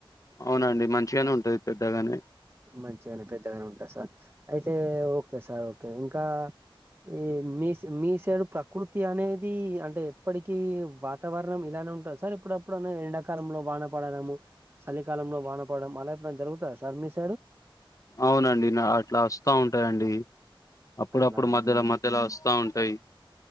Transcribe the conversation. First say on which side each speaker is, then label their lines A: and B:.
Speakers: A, on the left (about 35°); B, on the right (about 25°).
A: అవునండి మంచిగానే ఉంటది పెద్దగానే
B: మంచిగాని పెద్దగానే ఉంటాంది సార్ అయితే ఓకే సార్ ఓకే ఇంకా ఏ మీ మీ సైడ్ ప్రకృతి అనేది అంటే ఎప్పటికి వాతావరణం ఇలాం ఉంటదా సార్ ఇప్పుడ ఎప్పుడన్నా ఎండాకాలంలో వాన పడడము చలికాలంలో వానపడడం అలా ఎప్పుడన జరుగు సార్మిస్
A: అవునండి నా అట్లా వస్తా ఉంటాయంండి అప్పుడప్పుడు
B: అట్లా అట్లా
A: మధ్యలో మధ్యలో వస్తా ఉంటాయి